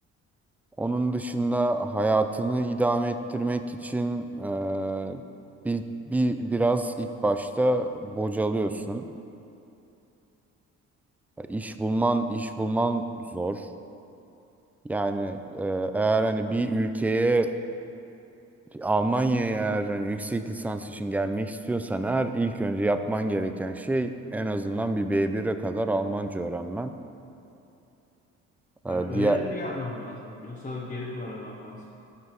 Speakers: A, in the centre; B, on the left.
A: Onun dışında hayatını idame ettirmek için e, bir, bir biraz ilk başta bocalıyorsun. E, İş bulman, iş bulman zor. Yani e, eğer hani bir ülkeye Almanya'ya eğer hani yüksek lisans için gelmek istiyorsan eğer ilk önce yapman gereken şey en azından bir B1'e kadar Almanca öğrenmen. E,
B: Yani öğrenip
A: diğer
B: mi gelmem lazım yoksa gelip mi öğrenmem lazım?